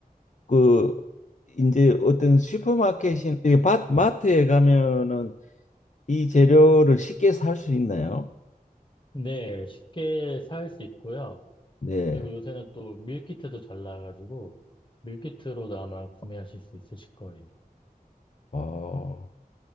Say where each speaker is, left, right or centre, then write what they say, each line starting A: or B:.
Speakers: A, on the left; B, on the left.
A: 그 이제 어떤 슈퍼마켓인 이 밭- 마트에 가면은 이 재료를 쉽게 살 수 있나요?
B: 네. 쉽게 살 수 있고요.
A: 네.
B: 그리고 요새는 또 밀키트도 잘 나와가지고, 밀키트로도 아마 구매하실 수 있으실 거예요.
A: 어,